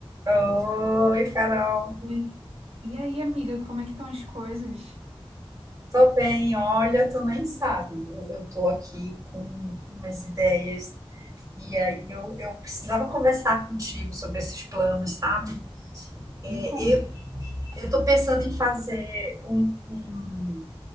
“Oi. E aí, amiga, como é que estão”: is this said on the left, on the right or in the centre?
Right